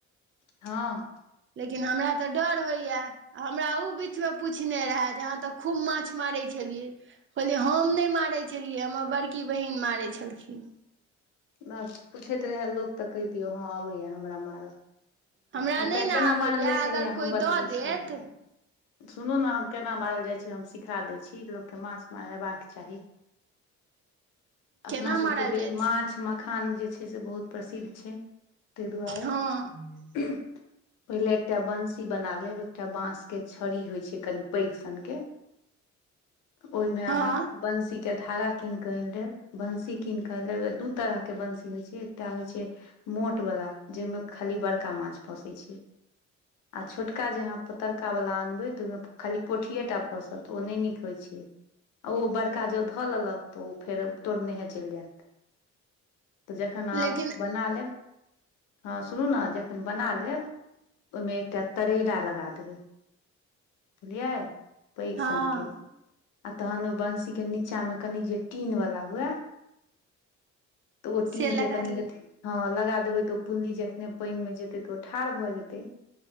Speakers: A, on the left; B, on the right.
A: ह
B: लेकिन हमरा तऽ डर होइ या हमरा ओ बीच मे पूछने रहए जे अहाँ तऽ खूब माछ मारैत छलिय कहलियए हम नहि मारै छलियै हमर बड़की बहिन मारे छलखिन।
A: नहि पुछैत रहै लोक तऽ कहि दियौ हँ अबैया हमरा मारऽ।
B: हमरा
A: आब तऽ
B: नहि ने
A: केना
B: आबैए
A: मारल जाइत
B: अगर
A: छै हय हम
B: कोइ
A: बतबै
B: दऽ देत
A: छिय अहाँकेँ। सुनू ने हम केना मारल जाइत छै हम सिखा दै छी लोककेँ माछ मारयबाक चाही। <inaudible> अपनासभके
B: केना मारल
A: बे
B: जाइ
A: माछ
B: छै
A: मखान जे छै से बहुत प्रसिद्ध छै। ताहि दुआरे
B: ह
A: पहिले एकटा। बंसी बना लेब एकटा बांस के छड़ी होई छै कनि पैग सन के ओहिमे अहा
B: हँ
A: बंशी के धारा कीन के अनि ले बंसी कीन के अनि ले दू तरह के बंशी होई छै एकटा होई छै मोटवला जाहि मे खाली बड़का माछ फोसैत छै। आ छोटका जे अहाँ पतरकावला अनबै तऽ ओहिमे खाली पोठिटा फँसत ओ नहि नीक होइत छै ओ बड़का जँ धऽ लेलक तऽ ओ फेर तोड़नेहे चलि जायत तऽ जखन आब
B: लेकिन
A: बना लेब हँ सुनू ने जे नै बना लेब ओहिमे एकटा तरैला लगा देबै बुलियै पैघ
B: हँ
A: संकेत आ तहन ओ बंशी के नीचा मे कनि जे टीन वाला हुए। तऽ ओ टीन
B: से लगा
A: के कनि
B: देबै
A: अथी लगा देबे ते ओ पुलनी जे जखने पइन मे जेतै तऽ ओ ठाढ़ भए जेतै